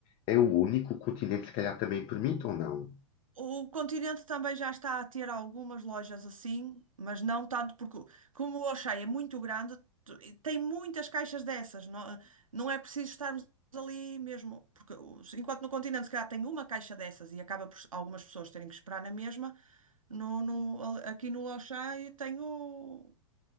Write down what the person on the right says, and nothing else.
O Continente também já está a ter algumas lojas assim, mas não tanto, porque como o Auchan é muito grande, tu- e tem muitas caixas dessas, não, não é preciso estarmos ali mesmo, porque os- enquanto no Continente se calhar tem uma caixa dessas e acaba por algumas pessoas terem que esperar na mesma, no, no- aqui no Auchan eu tenho,